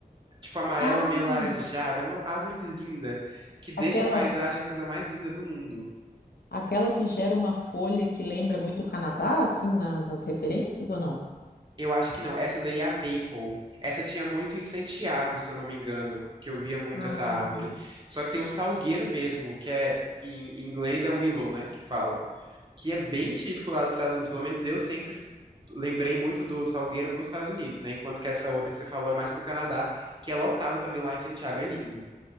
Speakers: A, on the right; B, on the left.
A: Tipo, amarela
B: Ah,
A: meio laranjada. É uma árvore linda. Que deixa
B: aquela,
A: a paisagem a coisa mais linda do mundo.
B: aquela que gera uma folha que lembra muito o Canadá, assim, na- nas referências ou não?
A: Eu acho que não. Essa daí é a Maple. Essa tinha muito em Santiago, se eu não me engano, que eu via muito
B: Ah,
A: essa árvore.
B: entendi.
A: Só que tem o salgueiro mesmo, que é em em inglês é willow, né, que fala, que é bem típico lá dos Estados Unidos. Pelo menos eu sempre lembrei muito do salgueiro nos Estados Unidos, né? Enquanto que essa outra que você falou é mais pro Canadá, que é lotado também lá em Santiago. É lindo.